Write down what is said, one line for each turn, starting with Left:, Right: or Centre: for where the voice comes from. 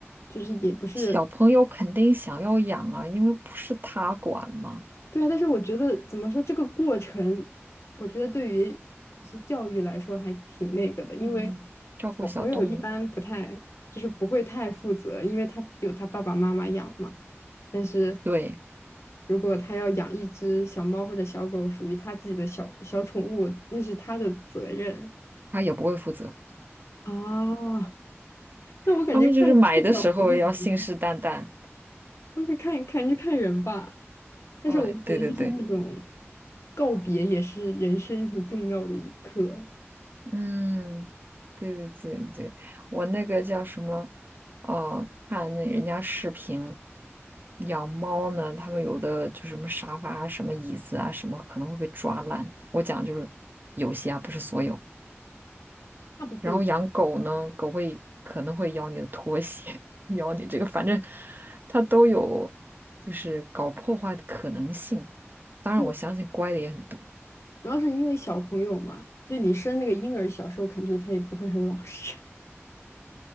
Left: 就是也不是
Right: 小朋友肯定想要养啊，因为不是他管嘛。
Left: 对啊，但是我觉得怎么说这个过程，我觉得对于就是教育来说还挺那个的，因为
Right: 嗯，照顾小动物，
Left: 小朋友一般不太就是不会太负责，因为他有他爸爸妈妈养嘛。但是
Right: 对，
Left: 如果他要养一只小猫或者小狗，属于他自己的小小宠物，那是他的责任
Right: 他也不会负责。
Left: 啊。那我感觉看看小朋友嘛，
Right: 他们就是买的时候要信誓旦旦。
Left: 会不会看看就看人吧。但是我觉得就是那种
Right: 嗯，对对对，
Left: 告别也是人生很重要的一刻，
Right: 嗯，对对对对，我那个叫什么？哦、看那人家视频养猫呢，他们有的就什么沙发啊、什么椅子啊、什么可能会被抓烂。我讲就是有些啊，不是所有。
Left: 大部分
Right: 然后养狗呢，狗会可能会咬你的拖鞋，<laughs> 咬你这个，反正它都有就是搞破坏的可能性。当然，
Left: 对，
Right: 我相信乖的也很多。
Left: 主要是因为小朋友嘛，就你生那个婴儿，小时候肯定他也不会很老实，